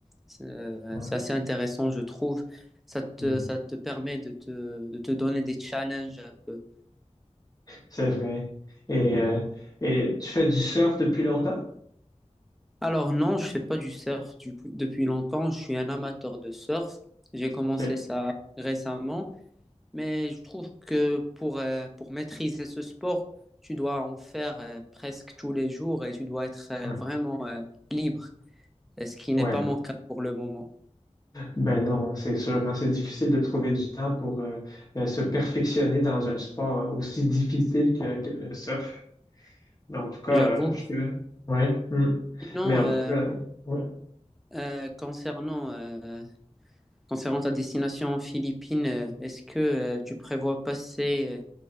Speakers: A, in the centre; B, on the left.
A: C'est euh,
B: Ouais.
A: c'est assez intéressant, je trouve. Ça te,
B: Mhm.
A: ça te permet de te, de te donner des challenges un peu.
B: C'est vrai. Et, euh, et tu fais du surf depuis longtemps?
A: Alors non, je fais pas du surf du- depuis longtemps. Je suis un amateur de surf. J'ai commencé
B: OK.
A: ça récemment. Mais je trouve que pour, euh, pour maîtriser ce sport, tu dois en faire euh, presque tous les jours et tu dois être euh,
B: Ouais.
A: vraiment euh, libre, euh, ce qui
B: Ouais.
A: n'est pas mon cas pour le moment.
B: Ben non, c'est sûr. hein, C'est difficile de trouver du temps pour euh, euh, se perfectionner dans un sport euh, aussi difficile que, que le surf. Mais en tout cas,
A: J'avoue.
B: euh, je... ouais. hmm.
A: Sinon,
B: Mais en
A: euh,
B: tout cas, ouais.
A: euh, concernant, euh, concernant ta destination en Philippines, euh, est-ce que euh, tu prévois passer